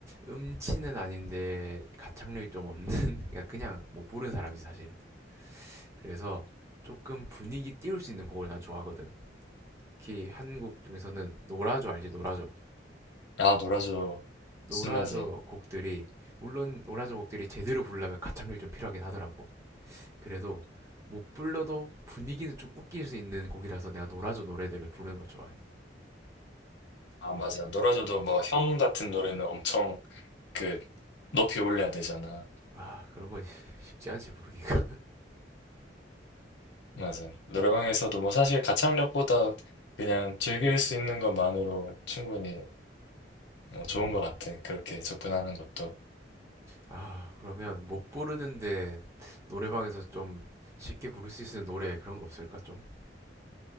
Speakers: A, on the right; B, on the left.
A: 음치는 아닌데 가창력이 좀 없는 <laughs> 그러니까 그냥 못 부르는 사람이지 사실. 그래서 조금 분위기 띄울 수 있는 곡을 난 좋아하거든. 특히 한국 중에서는 노라조 알지? 노라조.
B: 아 놀아줘
A: 노라조
B: 신나지.
A: 곡들이 물론 노라조 곡들이 제대로 부르려면 가창력이 좀 필요하긴 하더라고. 그래도 못 불러도 분위기는 좀 웃길 수 있는 곡이라서 내가 노라조 노래들을 부르는 걸 좋아해.
B: 아 맞아 놀아줘도 뭐 형 같은 노래는 엄청 그 높이 올려야 되잖아.
A: 아, 그런 건 <laughs> 쉽지 않지 부르기가.
B: 맞아. 노래방에서도 뭐 사실 가창력보다 그냥 즐길 수 있는 것만으로 충분히 어,
A: 음.
B: 좋은 것 같아. 그렇게 접근하는 것도.
A: 아, 그러면 못 부르는데 노래방에서 좀 쉽게 부를 수 있는 노래 그런 거 없을까 좀?